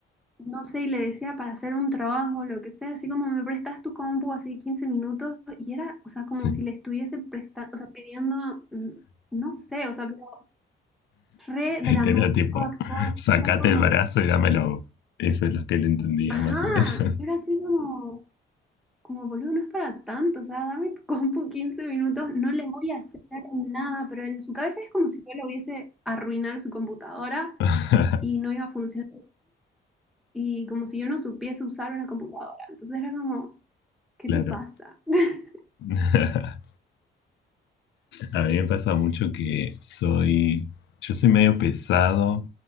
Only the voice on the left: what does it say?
sí.
Era tipo,
sacate
el brazo y dámelo. Eso es lo que él entendía
más o menos.
<laughs>
Claro.
<laughs> A mí me pasa mucho que soy, yo soy medio pesado